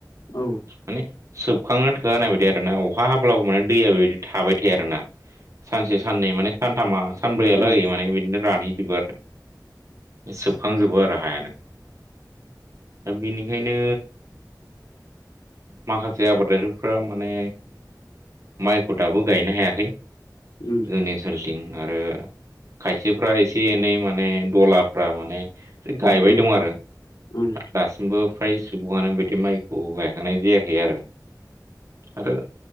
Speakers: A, on the left; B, on the right.
A: औ
B: माने सोबखांनो थोआ होननाय बायदि आरोना अखा हाब्लाबो माने दैया बेबायदि थाबाय थाया आरोना सानसे साननै माने सानथामा सानब्रैयालागै
A: उम
B: माने बिदिनो रानै जोबो आरो सेबखांजोबो आरो हायानो दा बेनि बेखायनो माखासे आबादारिफ्रा माने माइखौ दाबो गायनो हायाखै
A: उम
B: जोंनि ओनसोलथिं आरो खायसे फ्रा एसे एनै माने दलाफ्रा माने गायबाय
A: उम
B: दं आरो
A: उम
B: दासिमबो फ्राय सुबुङानो बिदि माइखौ गायखांनाय जायाखै आरो आरो